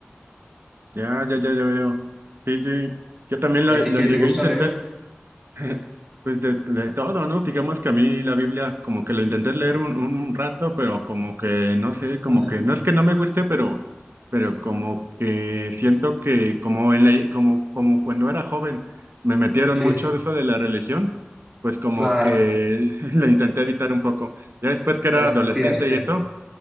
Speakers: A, on the right; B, on the right.
A: ya, ya, ya, ya veo. Sí, sí. Yo también
B: ¿Y
A: lo,
B: a
A: lo
B: ti qué
A: llegué
B: te gusta
A: a intentar,
B: leer?
A: <laughs> Pues de, de todo, ¿no? Digamos que a mí la Biblia como que lo intenté leer un, un rato, pero como que no sé, como
B: Ajá.
A: que no es que no me guste, pero, pero como que siento que como en la, como, como cuando era joven me metieron
B: Sí,
A: mucho de eso de la religión, pues como
B: claro,
A: que <laughs> lo intenté evitar un poco. Ya después que era
B: te hastiaste.
A: adolescente y eso.